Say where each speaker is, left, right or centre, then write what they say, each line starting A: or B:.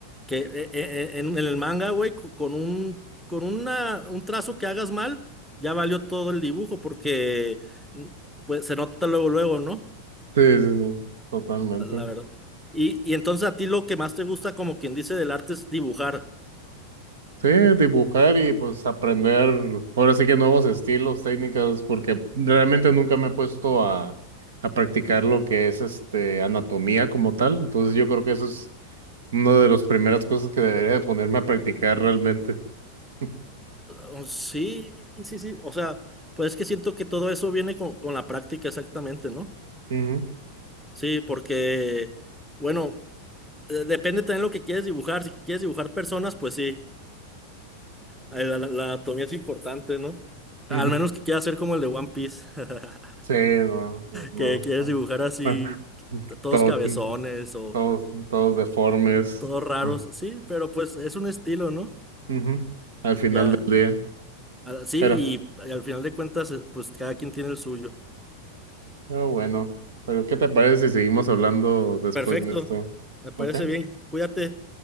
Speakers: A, in the centre; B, on the right.
A: eh, eh, en, en el manga, güey, co- con un, con una, un trazo que hagas mal, ya valió todo el dibujo porque mm, pues, se nota luego, luego, ¿no?
B: sí, sí, sí, totalmente.
A: La verdad. Y, y entonces a ti lo que más te gusta, como quien dice, del arte es dibujar.
B: Sí, dibujar y pues aprender ahora sí que nuevos estilos, técnicas, porque realmente nunca me he puesto a, a practicar lo que es este anatomía como tal. Entonces yo creo que eso es una de las primeras cosas que debería de ponerme a practicar realmente. <laughs>
A: Oh, Sí, sí, sí. O sea, pues es que siento que todo eso viene con, con la práctica exactamente, ¿no?
B: Ujú,
A: Sí, porque, bueno, eh, depende también lo que quieres dibujar. Si quieres dibujar personas, pues sí. La, la- la anatomía es importante, ¿no?
B: ujú.
A: Al menos que quiera ser como el de One Piece, <laughs>
B: Sí, no, no, no,
A: que quieres
B: no.
A: dibujar así
B: Bueno,
A: t- todos
B: todo-
A: cabezones o
B: todos, todos deformes.
A: todos raros,
B: Ujú.
A: sí, pero pues es un estilo, ¿no?
B: Ujú, Al final
A: Ya,
B: del día.
A: Ah, sí,
B: pero
A: y, al final de cuentas, eh, pues cada quien tiene el suyo.
B: Pero bueno, pero ¿qué te parece si seguimos hablando después
A: Perfecto,
B: de esto?
A: me parece
B: ¿Ok?
A: bien, cuídate,